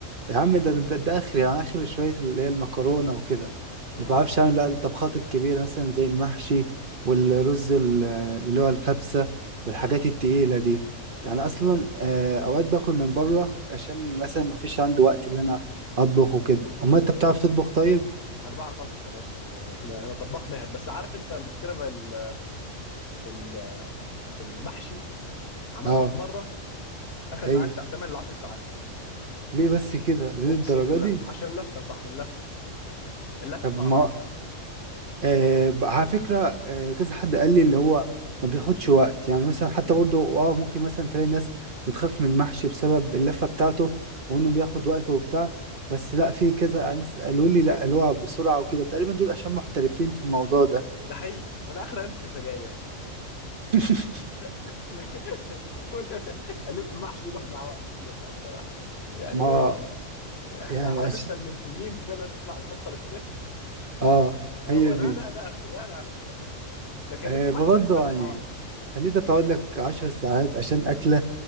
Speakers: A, on the right (about 45°); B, on the left (about 50°).
A: يا عم ده ده, ده اخر يعني اخر شويه اللي هي المكرونه وكده
B: امم
A: ما بعرفش اعمل بقى الطبخات الكبيره مثلا زي المحشي والرز
B: امم
A: ال- اللي هو الكبسه والحاجات
B: امم
A: التقيله دي
B: امم
A: يعني اصلا
B: ده
A: آه،
B: امم
A: اوقات باكل من بره عشان مثلا ما فيش عندي وقت اللي انا اطبخ وكده امال انت
B: امم
A: بتعرف تطبخ طيب
B: انا بعرف اطبخ يا باشا يعني احنا انا طباخ ماهر بس عارف انت المشكله في ال- في ال- في المحشي عملته
A: اه
B: في مره اخد
A: اي
B: معايا بتاع 8 ل 10 ساعات
A: ليه بس كده ليه
B: اقسم
A: الدرجه
B: بالله
A: دي
B: عشان اللفه يا صاحبي اللف اللف
A: طب
B: صعب
A: ما آه ب- على فكرة آه كذا حد قال لي اللي هو ما بياخدش وقت يعني مثلا حتى برضو اه ممكن مثلا تلاقي ناس بتخاف من المحشي بسبب اللفة بتاعته وانه
B: امم
A: بياخد وقت وبتاع بس لا في كذا ناس قالوا لي لا اللي هو بسرعة وكده تقريبا دول عشان محترفين في الموضوع ده
B: ده حقيقي انا اخر الف في سجاير
A: <laughs>
B: <laughs> لكن تقول الف المحشي دي بياخد معاه وقت كتير بقى الصراحه يعني
A: ما
B: ايه احنا
A: يعني
B: عارف
A: عش...
B: انت الميم- الميمز ده اللي تطلع القطه اللي بتلف
A: اه
B: آه،
A: هي
B: هو انا
A: دي
B: انا ده اخري ده انا اخري بقى لكن
A: آه
B: لف محشي
A: برضو
B: ده بياخد
A: يعني
B: مع وقت
A: ان انت تقعد لك عشر ساعات عشان اكلة